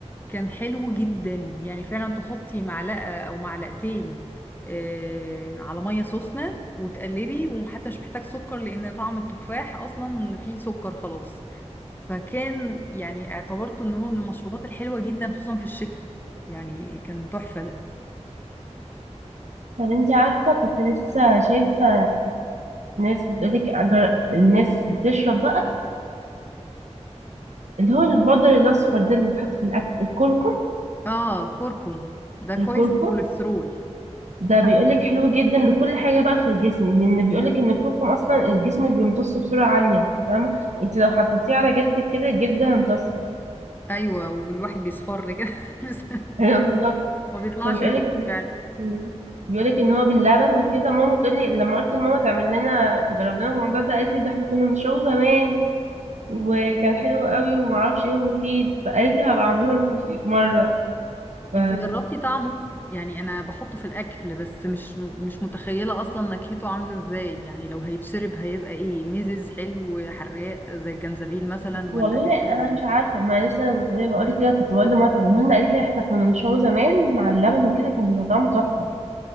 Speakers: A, on the left (about 15°); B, on the right (about 80°).
A: كان حلو جدا يعني فعلا تحطي معلقة أو معلقتين آه، على مية سخنة وتقلبي وحتى مش محتاج سكر لأن طعم التفاح أصلا فيه سكر خلاص فكان يعني اعتبرته إن هو من المشروبات الحلوة جدا خصوصا في الشتاء يعني كان تحفة ده
B: طب انتي عارفه كنت لسه شايفه ناس بتقولك أجر... الناس بتشرب بقى اللي هو البودر الاصفر ده اللي بيتحط في الاكل الكركم
A: آه كركم ده كويس
B: الكركم
A: للكوليسترول
B: ده بيقولك حلو جدا لكل حاجه بقى في الجسم لان بيقولك ان الكركم اصلا الجسم بيمتصه بسرعه عاليه فاهمه انت لو حطيتيه على جلدك كده الجلد هيمتصه
A: أيوة والواحد بيصفر كده <laughs> بس
B: <laughs> ايوه بالظبط
A: ما بيطلعش
B: فبيقولك
A: من الإيد
B: إن-
A: فعلا
B: بيقولك ان هو باللبن وكده ماما بتقولي لما قلت لماما تعمل لنا تجرب لنا الموضوع ده قالت لي ده احنا كنا بنشربه زمان وكان حلو قوي ومعرفش ايه ومفيد فقالت لي هبقى اعمله لكم في مره ف
A: انتي جربتي طعمه يعني انا بحطه في الاكل بس مش مش متخيله اصلا نكهته عامله ازاي يعني لو هيتشرب هيبقى ايه ميزز حلو حراق زي الجنزبيل مثلا
B: والله
A: ولا هيبقى عامل
B: انا
A: ازاي
B: مش عارفه ما لسه زي ما بقول لك كده كنت بقول لماما تعمله لنا قالت لي احنا كنا بنشوي زمان مع اللبن وكده كان بيبقى طعمه تحفه